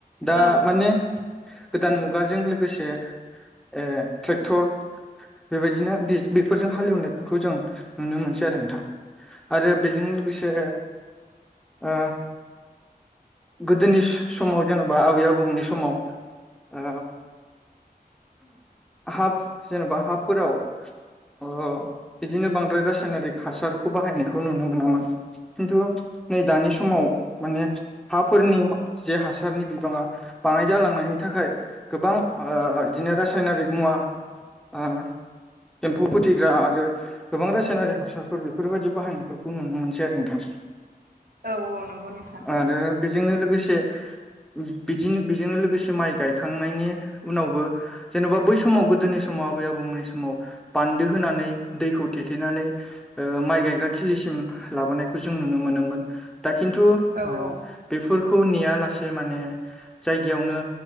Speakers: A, in the centre; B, on the right.
A: दा
B: औ
A: माने गोदान मुगाजों लोगोसे ओ ट्रेक्टर बेबायदिनो बे बेफोरजों हालेवनायफोरखौ जों नुनो मोनसै आरो नोंथां आरो बेजों लोगोसे ओ गोदोनि स-समाव जेन'बा आबै आबौमोननि समाव ओ हाफ जेन'बा हाफोराव ओ बिदिनो बां द्राय रासायनारिक हासारखौ बाहायनायखौ नुनो मोनामोन खिन्थु नै दानि समाव माने हाफोरनि जे हासारनि बिबाङा बाङाय जालांनायनि थाखाय गोबां ओ इदिनो रासायनारिक मुवा ओ एम्फौ फोथैग्रा आरो गोबां रासायनारि हासारफोर बेफोरबायदि बाहायनायफोरखौ नुनो मोनसै आरो नोंथां।
B: औ औ नंगौ नोंथां
A: आरो बेजोंनो लोगोसे बिदिनो बेजों लोगोसे माइ गायखांनायनि उनावबो जेनेबा बै समाव गोदोनि समाव आबै आबौमोननि समाव बान्दो होनानै दैखौ थेथेनानै ओ माइ गायग्रा थिलिसिम लाबोनायखौ जों नुनो मोनोमोन। दा खिन्थु ओ
B: औ औ
A: बेफोरखौ नेया लासे माने जायगायावनो